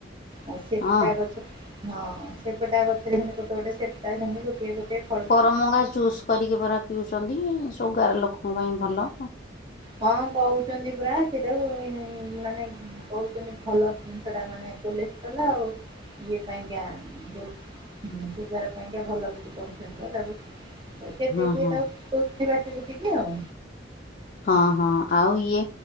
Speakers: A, on the right; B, on the left.
A: ଆଉ ସେପଟା
B: ହଁ
A: ଗଛରେ। ହଁ ସେପଟା ଗଛରେ ସେମିତି ଗୋଟେ ଗୋଟେ ସେପଟା ସେମିତି ଗୋଟିଏ ଗୋଟିଏ। ଫଳୁଛି।
B: କରମଙ୍ଗା ଜୁସ୍ କରିକି ପରା ପିଉଛନ୍ତି ସୁଗାର ଲୋକଙ୍କ ପାଇଁ ଭଲ।
A: ହଁ କହୁଛନ୍ତି ପରା ସେଇଟାକୁ ଉଁ ମାନେ କହୁଛନ୍ତି ଭଲ ଜିନିଷ ଟା ମାନେ କୋଲେଷ୍ଟ୍ରଲ ଆଉ। ଇଏ ପାଇଁକା ଉଁ ଯୋଉ ଉଁ ସୁଗାର ପାଇଁକା ଭଲ ବୋଲି କହୁଛନ୍ତି ତ ତାକୁୁ। କେତେ
B: ହଁ
A: କିଏ
B: ହଁ
A: ତାକୁ ପିଉଛନ୍ତି ବାଟି ବୁଟିକି ଆଉ।
B: ହଁ ହଁ ଆଉ ଇଏ